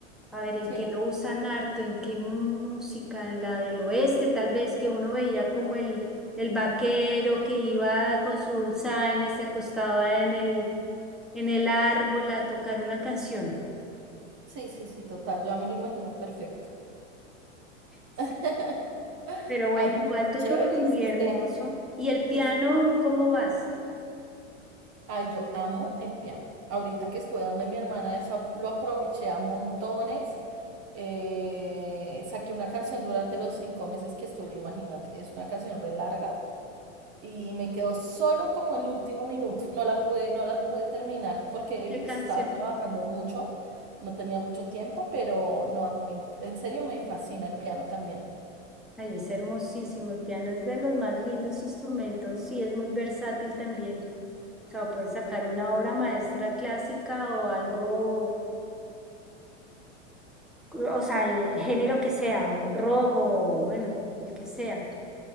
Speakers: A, in the centre; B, on the right.
A: A ver, ¿en
B: sí,
A: qué lo usan harto? ¿En qué música? En la del oeste, tal vez que uno veía como el, el vaquero que iba con su dulzaina, se acostaba en el, en el árbol a tocar una canción.
B: sí, sí, sí, total, ya me lo imagino perfecto.
A: Sí.
B: <laughs>
A: Pero bueno,
B: Ay, pero
A: igual tú
B: chévere,
A: tocas muy
B: hiciste,
A: hermoso. ¿Y el piano,
B: hici-
A: cómo vas?
B: ay, yo amo el piano. Ahorita que estuve donde mi hermana, eso a- lo aproveché a montones. Eh, saqué una canción durante los cinco meses que estuve, imagínate, es una canción re larga y me quedó solo como el último minuto. <laughs> No la pude, no la pude terminar porque
A: ¿Y qué
B: pues
A: canción?
B: estaba trabajando mucho, no tenía mucho tiempo, pero no, a mí me, en en serio me fascina el piano también.
A: Ay, es hermosísimo. El piano es de los más lindos instrumentos. Sí, es muy versátil también. O sea, puedes sacar una obra maestra clásica o algo o sea, el, el género que sea, un rock o bueno, el que sea,